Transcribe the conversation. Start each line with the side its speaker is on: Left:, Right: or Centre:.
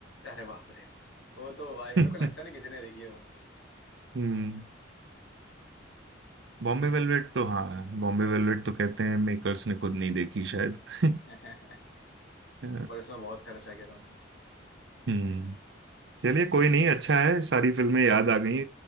Left: अरे बाप रे वो तो भाई
Right: <laughs>
Left: मेरे को लगता नहीं किसी ने देखी है वो
Right: हम्म बॉम्बे
Left: सही
Right: वेलवेट
Left: है
Right: तो हाँ बॉम्बे वेलवेट तो कहते हैं मेकर्स ने खुद नहीं देखी शायद
Left: <laughs>
Right: <laughs> अ,
Left: पर उसमें बहुत खर्चा किया था उन्होंने
Right: हम्म चलिए कोई नहीं अच्छा है सारी फिल्में याद आ गई